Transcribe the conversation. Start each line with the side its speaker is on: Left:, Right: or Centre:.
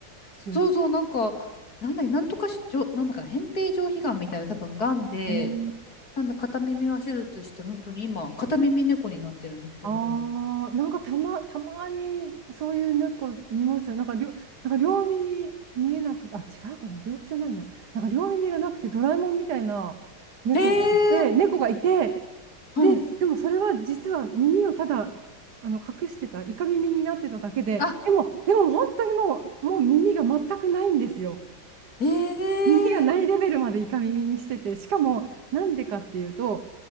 Left: そうそう、
Right: 病気。
Left: なんか、なんだっけ、なんとかし、じょ、なんだかな、扁平上皮がんみたいな、多分がんで、
Right: へ
Left: なんで片耳は手術して、本当に今、片耳猫になってるんですけど。
Right: ああ、なんかたま、たまにそういう猫見ますよ。なんか両、なんか両耳見えなくて、あ、違うかな、病気じゃないな。なんか両耳がなくてドラえもんみたいな猫がいて、
Left: ええー
Right: 猫がいて、
Left: うん。
Right: で、でもそれは実は耳をただあの隠してた、イカ耳になってただけで、
Left: あ、
Right: でも、でも本当にもう、もう耳が全くないんですよ。
Left: ええ
Right: 耳がないレベルまでイカ耳にしてて、しかもなんでかっていうと、